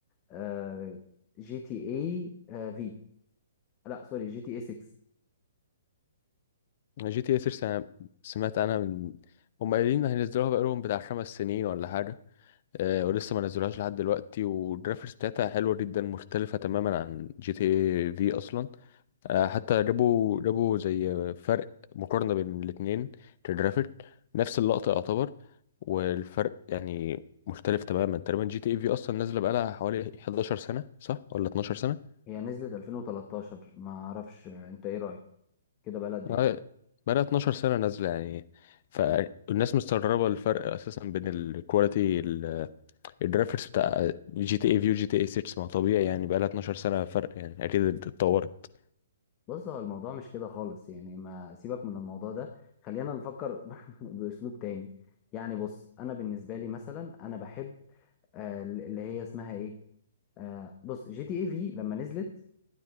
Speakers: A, on the left; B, on the left.
A: آه، جي تي اي في لا سوري جي تي اي 6
B: جي تي اي 6 انا سمعت عنها من هم قايلين هينزلوها بقالهم بتاع خمس سنين ولا حاجة آه ولسه ما نزلوهاش لحد دلوقتي والجرافيكس بتاعتها حلوة جدا مختلفة تماما عن جي تي اي في اصلا آه، حتى جابوا جابوا زي فرق مقارنة بين الاتنين كجرافيك نفس اللقطة يعتبر والفرق يعني مختلف تماما تقريبا جي تي اي في اصلا نازلة بقالها حوالي 11 سنة صح ولا 12 سنة
A: هي نزلت 2013 ما أعرفش آه، أنت إيه رأيك كده بقى قد ايه
B: آه، بقالها 12 سنة نازلة يعني فالناس مستغربة الفرق اساسا بين الكواليتي ال- الجرافيكس بتاع جي تي اي في وجي تي اي 6 ما هو طبيعي يعني بقالها 12 سنة فرق يعني اكيد اتطورت
A: بص هو الموضوع مش كده خالص يعني ما سيبك من الموضوع ده خلينا نفكر <laughs> باسلوب تاني يعني بص انا بالنسبه لي مثلا انا بحب آه، اللي هي اسمها ايه آه، بص جي تي اي في لما نزلت